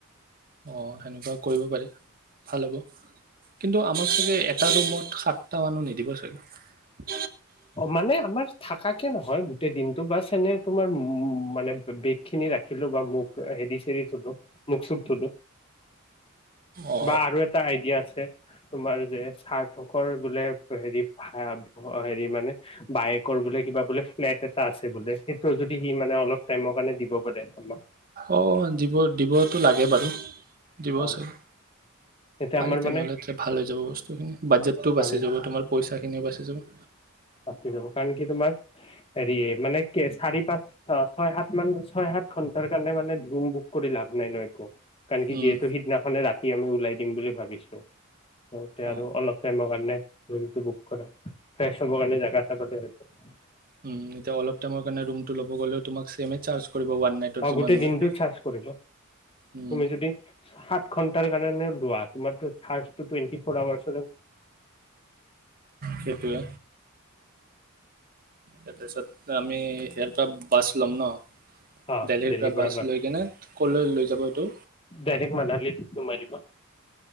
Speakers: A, on the right; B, on the left.
A: অ সেনেকোৱা কৰিব পাৰি। ভাল হ'ব। কিন্তু আমাক চাগে এটা ৰুমত সাতটা মানুহ নিদিব চাগে।
B: অ মানে আমাৰ থাকাকে নহয় গোটেই দিনটো বা চনে তোমাৰ মানে বেগ খিনি ৰাখিলো বা মোক হেৰি চেৰি চুলো মুখ চুখ ধুলো।
A: অ
B: বা আৰু এটা আইডিয়া আছে তোমাৰ যে। সাৰ্থকৰ বোলে হেৰি হা। মানে, বায়েকৰ বোলে কিবা বোলে ইণেণ্ট এটা আছে বোলে, হেটোও যদি সি মানে অলপ টাইমৰ কাৰনে দিব পাৰে, আমাক।
A: অ দিব-দিবতো লাগে বাৰু। দিব
B: অ
A: চাগে?
B: তেতিয়া
A: পাৰি
B: আমাৰ
A: তেনেহলে
B: মানে
A: ভাল হৈ যাব বস্তুখিনি, বাজেটটো
B: ভালে
A: বাছি যাব তোমাৰ পইচাখিনিও বাচি যাব।
B: বাচি যাব কাৰণ কি তোমাৰ হেৰি মানে চাৰি-পাঁচ-ছয়-সাত মান ছয়-সাত ঘন্টাৰ কাৰণে মানে ৰুম বুক কৰি লাভ নাই ন একো? কাৰণ কি
A: উম
B: যিহেতু সিদিনাখনে ৰাতি আমি। ওলাই দিম বুলি ভাবিছো। তয়া আৰু
A: অ
B: অলপ টাইমৰ কাৰণে। ৰুমটো বুক কৰা। ফেছ হ'ব কাৰনে জাগা এটা <unintelligible>
A: উ এতি অলপ টাইমৰ কাৰনে ৰুমটো লব গ'লে তোমাক। ছেমে চাৰ্জ কৰিব ওৱান নাইটৰ
B: অ
A: যিমান
B: গোটেই
A: লয়
B: দিনটো চাৰ্জ কৰিব।
A: উম
B: তুমি যদি সাত ঘন্টাৰ কাৰণে লোৱা, তোমাত চাৰ্জ। টো টোৱেটি ফ'ৰ আাৱাছ।
A: সেইটোৱে, তাৰপিছত আমি ইেয়াৰ পৰা বাচ লম ন?
B: অ
A: দেলহিৰ
B: দেল্লীৰ পৰা বাছ,
A: লৈ কিনে ক'লৈ লৈ যাব এইটো
B: ডাইৰেক্ মাদালিত সোমাই দিব।